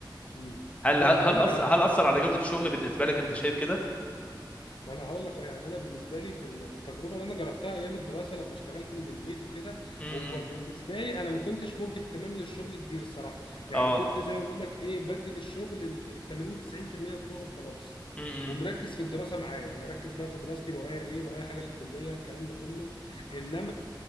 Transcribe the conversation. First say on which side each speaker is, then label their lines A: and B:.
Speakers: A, on the left; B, on the left.
A: مم.
B: هل
A: طيب
B: هل
A: هقول لك
B: اثر
A: على حاجه
B: هل اثر على جوده الشغل بالنسبه لك انت شايف كده
A: ما انا هقول لك أهو، يعني انا بالنسبه لي في ال- في التجربه اللي انا جربتها ايام الدراسه لما اشتغلت من البيت وكده
B: امم
A: هو بالنسبه لي انا ما كنتش مبدي اهتمام للشغل كبير الصراحه يعني
B: اه
A: كنت زي ما بقول لك ايه بدي للشغل ال 80 90% بتوعه وخلاص
B: امم
A: ومركز في الدراسه معايا يعني اركز بقى في دراستي ورايا ايه ورايا حاجه للكليه الكلام ده كله انما